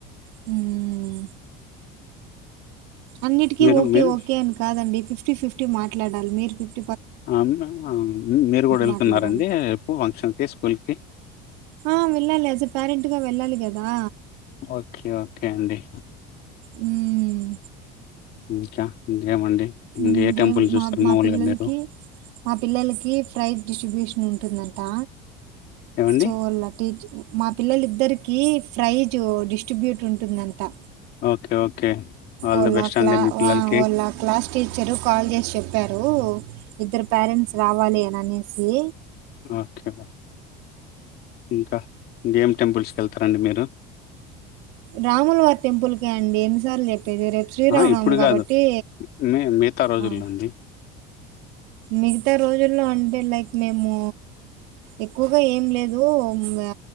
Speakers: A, on the right; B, on the left.
A: హ్మ్ అన్నిటికీ
B: మీరు
A: ఓకే
B: మీరు
A: ఓకే అని కాదండి ఫిఫ్టీ ఫిఫ్టీ మాట్లాడాలి మీరు ఫిప్
B: ఆ మే మీరు కూడా వెళ్తున్నారండి
A: మాట్లాడాలి
B: రేపు ఫంక్షన్కి స్కూల్ కి
A: ఆ వెళ్ళాలి ఆజే పేరెంట్ గా వెళ్ళాలి గదా
B: ఓకే ఓకే అండి
A: హ్మ్
B: ఇంకా ఇంకేమండి ఇంక
A: ఇంగేం
B: ఏ టెంపుల్ చూస్తారు
A: మా మా
B: మామూలుగా
A: పిల్లలకి
B: మీరు?
A: మా పిల్లలకి ప్రైజ్ డిస్బ్యూషన్ ఉంటుందంటా
B: ఏవండి?
A: సోల టీచ్ మా పిల్లలిద్దరికి ప్రైజ్ డిస్ట్రిబ్యూట్ ఉంటుందంటా
B: ఓకే ఓకే ఆల్
A: ఓలా
B: ది బెస్ట్
A: క్లా
B: అండి మీ పిల్లలకి.
A: ఆ ఓలా క్లాస్ టీచరు కాల్ చేసి చెప్పారు ఇద్దరు పేరెంట్స్ రావాలి అని అనేస్ సే
B: ఆ ఓకే బా ఇంకా గేమ్ టెంపుల్స్ కెల్తారండి మీరు
A: రాముల వారి టెంపుల్కే అండి ఎన్నిసార్లు జెప్ పేది రేపు శ్రీరామనవమి
B: అహా! ఇప్పుడు
A: కాబట్టి
B: గాదు. మీ మిగతా రోజుల్లో
A: ఆ
B: అండి
A: మిగతా రోజుల్లో అంటే లైక్ మేము ఎక్కువగా ఏం లేదు మ్ గా